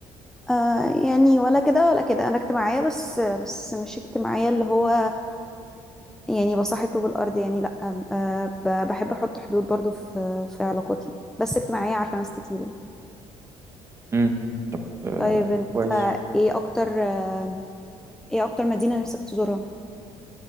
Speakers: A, in the centre; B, on the right.
A: آه يعني ولا كده ولا كده انا اجتماعية بس بس مش اجتماعية اللي هو يعني بصاحب طوب الارض يعني لا آه ب- بحب احط حدود برضو في في علاقاتي بس اجتماعية عارفة ناس كتير يعني
B: مم. آه
A: طيب انت
B: كويس
A: ايه اكتر آه ايه اكتر مدينة نفسك تزورها